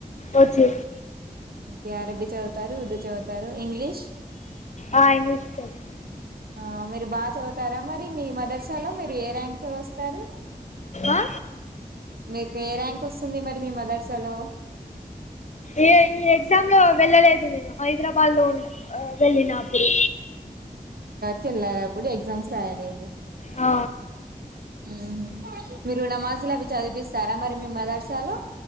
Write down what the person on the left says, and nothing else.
వచ్చు
ఆ, ఇంగ్లీష్ ఉంటుంది
ఆ?
ఈ ఈ ఎక్జామ్ లో వెళ్ళలేదు నేను హైదరాబాద్లో ఉన్న వెళ్ళిన అప్పుడు
ఆ,